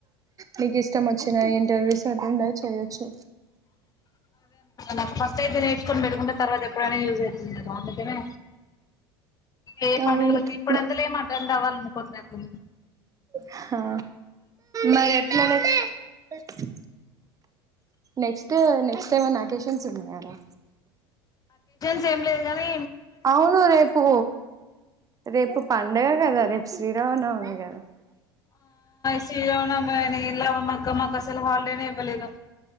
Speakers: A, on the right; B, on the left.
A: మీకు ఇష్టం వచ్చిన ఇంటర్వ్యూస్ చదివిందే చేయచ్చు
B: నాకు ఫస్ట అయితే నేర్చుకుని పెట్టుకుంటె తర్వాత ఎప్పుడైనా యూజ్ అయితుంది కదా నిజమే ఏ పండుగలకీ
A: అవును
B: ఇప్పుడంతల ఏం అద్ అవ్వాలనుకుంట లే అక్క
A: హ మరి ఎట్ల నెక్స్ట్ నెక్స్ట్ నెక్స్ట్ టైమన్నా అకేషన్ ఉన్నాయరా
B: స్ ఏమ్ లేవు కానీ
A: అవును రేపు రేపు పండుగ కదా రేపు శ్రీరామనవమి కదా
B: శ్రీరామ నవమి అయిన ఏం లాభమక్క మాకసలు హల్డేనే ఇవ్వలేదు